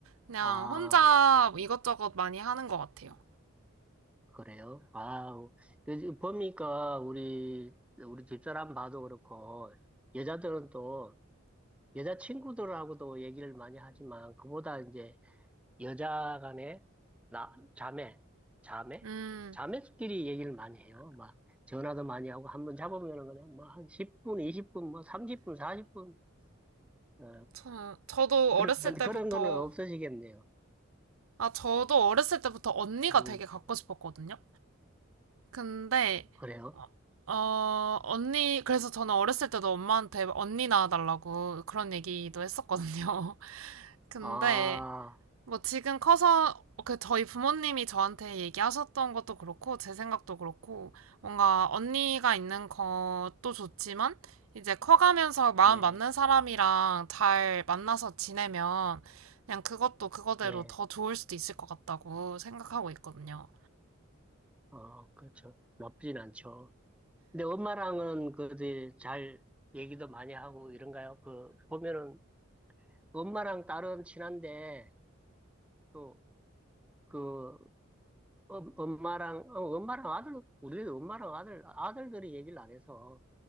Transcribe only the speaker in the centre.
아,
그래요? 아, 보니까 우리 우리 집사람 봐도 그렇고 여자들은 또 여자친구들하고도 얘기를 많이 하지만 그보다 이제 여자 간에 나 자매 자매
자매끼리 얘기를 많이 해요. 막 전화도 많이 하고 한번 잡으면은 그냥 뭐한 10분, 20분, 뭐 30분, 40분 어,
그런
그런 거는 없어지겠네요.
음
그래요?
아
예,
예,
어 그렇죠. 나쁘진 않죠. 근데 엄마랑은 그잘 얘기도 많이 하고 이런가요? 그 보면은 엄마랑 딸은 친한데, 또, 그, 엄- 엄마랑, 어, 엄마랑 아들, 우리 엄마랑 아들, 아들들이 얘기를 안 해서.